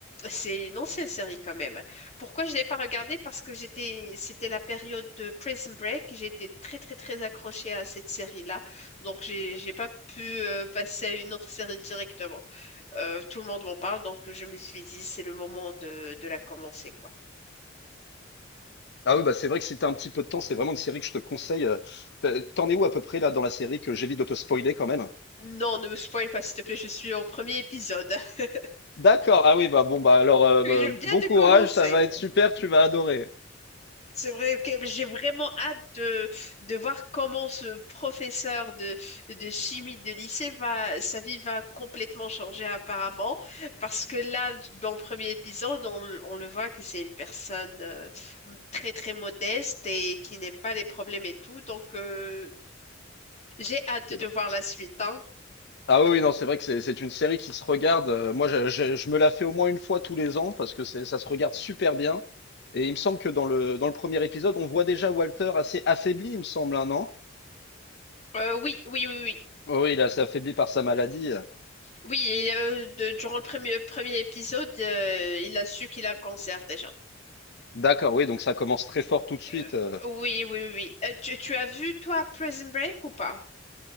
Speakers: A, on the left (about 35°); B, on the left (about 60°).
A: C'est une ancienne série quand même. Pourquoi je l'ai pas regardée? Parce que j'étais, c'était la période de Prison Break. J'étais très, très, très accrochée à cette série-là. Donc, j'ai,
B: oui.
A: j'ai pas pu euh, passer à une autre série directement. Euh, tout le monde m'en parle, donc je me suis dit, c'est le moment de, de la commencer, quoi.
B: Ah oui, bah c'est vrai que si t'as un petit peu de temps, c'est vraiment une série que je te conseille. euh, t'as- T'en es où à peu près là dans la série que j'évite de te spoiler quand même?
A: Non, ne me spoil pas, s'il te plaît, je suis au premier épisode. <laughs>
B: D'accord, ah oui, bah bon, bah alors, euh,
A: Je
B: bah,
A: viens
B: bon
A: de
B: courage,
A: commencer.
B: ça va être super, tu vas adorer.
A: C'est vrai, ok, j'ai vraiment hâte de, de voir comment ce professeur de, de chimie de lycée va, sa vie va complètement changer apparemment, parce que là, dans le premier épisode, on, on le voit que c'est une personne euh, très très modeste et qui n'aime pas les problèmes et tout, donc euh, j'ai hâte
B: C'est
A: de
B: vrai.
A: voir la suite, hein.
B: Ah oui, oui, non, c'est vrai que c'est c'est une série qui se regarde. euh, moi, je, je- je me la fais au moins une fois tous les ans parce que c'est- ça se regarde super bien. Et il me semble que dans le, dans le premier épisode, on voit déjà Walter assez affaibli, il me semble, un an.
A: Euh, oui, oui, oui, oui.
B: Oui, il est assez affaibli par sa maladie.
A: Oui, et, euh, de- durant le premier, premier épisode, euh, il a su qu'il a le cancer déjà.
B: D'accord, oui, donc ça commence très fort tout de suite.
A: Euh,
B: euh.
A: oui, oui, oui. oui. Euh, tu, tu as vu, toi, Prison Break ou pas?